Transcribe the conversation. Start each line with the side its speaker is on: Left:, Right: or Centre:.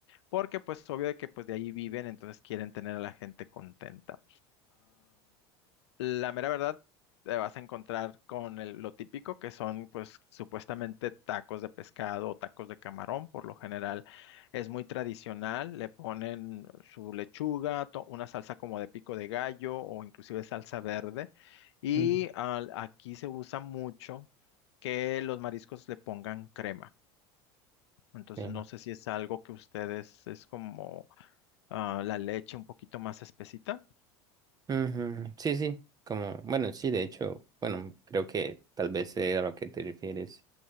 Left: porque pues obvio de que pues de ahí viven, entonces quieren tener a la gente contenta. La mera verdad, te vas a encontrar con el- lo típico que son, pues, supuestamente tacos de pescado o tacos de camarón. Por lo general es muy tradicional. Le ponen su lechuga, to- una salsa como de pico de gallo o inclusive salsa verde. Y
Right: ujú.
Left: al- aquí se usa mucho que los mariscos le pongan crema. Entonces,
Right: Sí,
Left: no sé si es algo que ustedes es como ah, la leche un poquito más espesita.
Right: Ujú, Sí, sí, como, bueno, sí, de hecho, bueno, creo que tal vez sé a lo que te refieres,